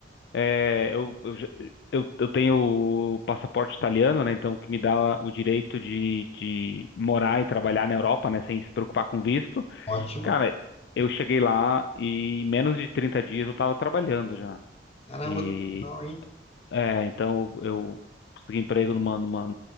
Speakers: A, on the left; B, on the left.
A: é, eu, eu, já- eu, eu tenho o passaporte italiano, né? Então, que me dá o direito de, de morar e trabalhar na Europa, né? Sem se preocupar com visto.
B: Ótimo.
A: Cara, eu cheguei lá e em menos de 30 dias eu tava trabalhando já.
B: Caramba,
A: E,
B: que legal, hein?
A: é, então eu consegui emprego numa, numa,